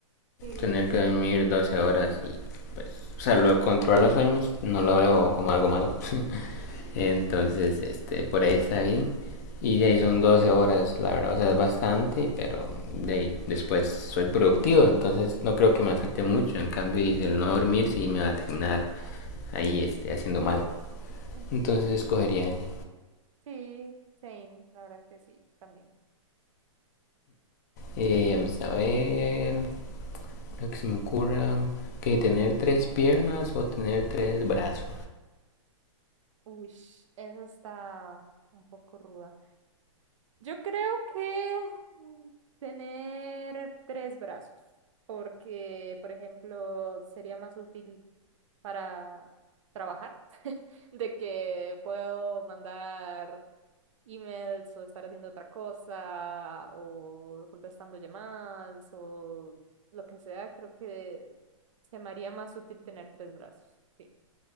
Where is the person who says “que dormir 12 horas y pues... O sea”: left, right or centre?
Left